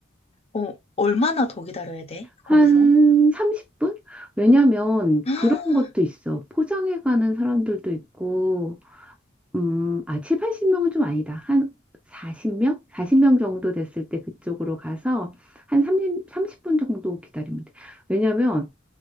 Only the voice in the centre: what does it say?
한
30분? 왜냐면
그런 것도 있어. 포장해 가는 사람들도 있고, 음, 아, 7, 80명은 좀 아니다. 한 40명? 40명 정도 됐을 때 그쪽으로 가서 한 30, 30분 정도 기다리면 돼. 왜냐면